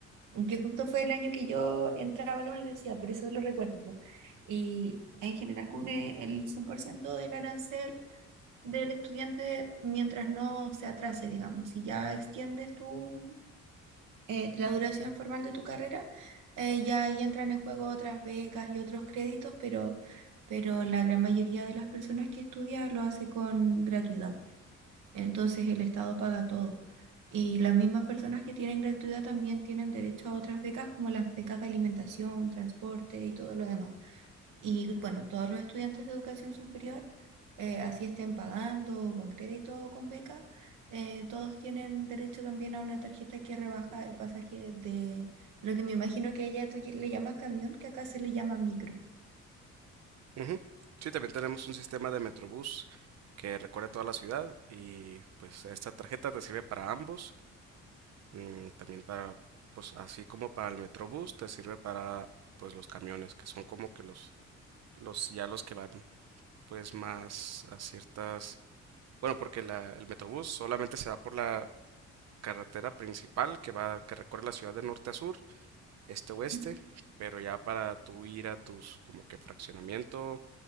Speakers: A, on the right (about 80°); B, on the right (about 60°).
A: que justo fue el año que yo entraba a la universidad, por eso lo recuerdo. Y en general cubre el 100% del arancel del estudiante mientras no se atrase, digamos. Si ya extiendes tu eh, la duración formal de tu carrera, eh, ya ahí entran en juego otras becas y otros créditos, pero, pero la gran mayoría de las personas que estudia lo hace con gratuidad. Entonces el Estado paga todo. Y las mismas personas que tienen gratuidad también tienen derecho a otras becas como las becas de alimentación, transporte y todo lo demás. Y bueno, todos los estudiantes de educación superior, eh, así estén pagando o con crédito o con beca, eh, todos tienen derecho también a una tarjeta que rebaja el pasaje de lo que me imagino que allá tú le llamas camión, que acá se le llama micro.
B: ujú. Sí, también tenemos un sistema de Metrobús que recorre toda la ciudad y pues esta tarjeta te sirve para ambos. mm, también para, pues así como para el Metrobús, te sirve para pues los camiones que son como que los, los ya los que van pues más a ciertas Bueno, porque la- el Metrobús solamente se va por la carretera principal que va, que recorre la ciudad de norte a sur, este a oeste,
A: Ujú.
B: pero ya para tú ir a tus como que fraccionamiento